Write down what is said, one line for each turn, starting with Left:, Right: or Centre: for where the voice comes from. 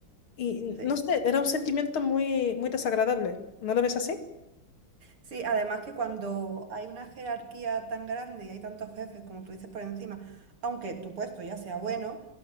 Left: y
Right: sí.
Left: no sé, era un sentimiento muy, muy desagradable. ¿No lo ves así?
Right: Sí, además que cuando hay una jerarquía tan grande y hay tantos jefes, como tú dices por encima, aunque tu puesto ya sea bueno,